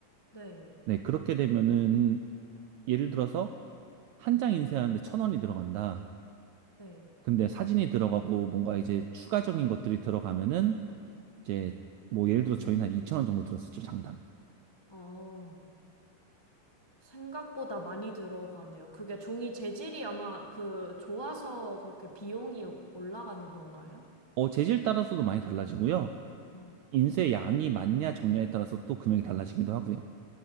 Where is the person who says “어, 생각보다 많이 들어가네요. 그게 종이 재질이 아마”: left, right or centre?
Left